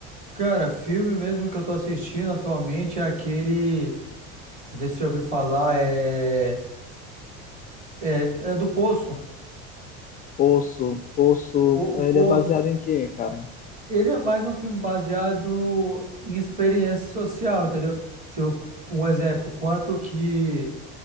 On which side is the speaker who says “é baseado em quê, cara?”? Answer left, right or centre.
Left